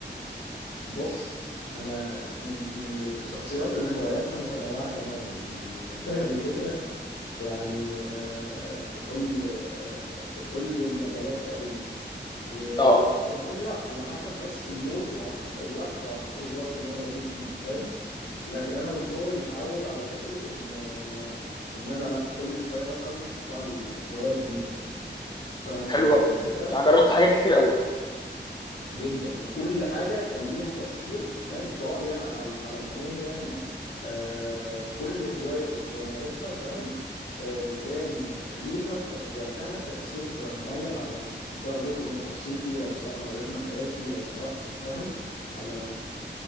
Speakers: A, on the left; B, on the left.
A: وبص أنا من من الشخصيات اللي هواياتها متنوعة تماما يعني فاهم الفكرة يعني آه، في كل آه، في كل المجالات تقريبا وبتتغير
B: اه
A: على حسب بس المود وعلى حسب الوقت وعلى حسب الظرف اللي أنا موجود فيه فاهم لكن أنا من صغري متعود على فكرة إن آه، إن أنا لا كل شوية مثلا تطلع لي هواية جديدة فاهم ال-
B: حلو قوي
A: الفكرة
B: يعني جربت حاجات كتير قوي
A: جدا وكل حاجه كان ليها تاثير فاهم في رايي انا على, على العموم يعني آه كل هوايه كنت بمارسها فاهم آه كان ليها ف- في وقتها تاثير معين على سواء جزء من شخصيتي او سواء على رتم حياتي او سواء فاهم على